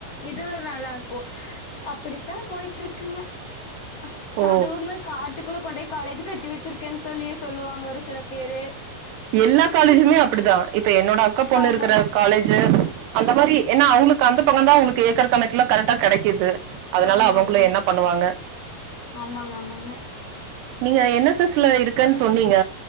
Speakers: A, on the left (about 60°); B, on the right (about 85°).
A: இது நல்லா இருக்கு அப்படித்தா போயிட்டு ருக்குங்க அ
B: ஓ
A: அதுமே காட் காட்டுகுள்ள கொண்டுபோய் காலேஜ் கட்டி வெச்சிருக்கேன்னு சொல்லி சொல்லுவாங்க ஒரு சில பேரு
B: எல்லா காலேஜுமே
A: சிக்
B: அப்டிதா இப்ப என்னோட அக்கா பொண்ணு
A: ஆமாங்க
B: இருக்கிற காலேஜு அந்த மாரி ஏன்னா அவுங்ளுக்கு அந்த பக்கந்தா அவுங்களுக்கு ஏக்கர் கணக்குல கரக்டா கெடைக்குது அதனால
A: ஆமாங்க
B: அவங்களு என்ன பண்ணுவாங்க
A: ஆமாங்க ஆமாங்க
B: நீங்க என் எஸ் எஸ் ல இருக்கன் சொன்னிங்க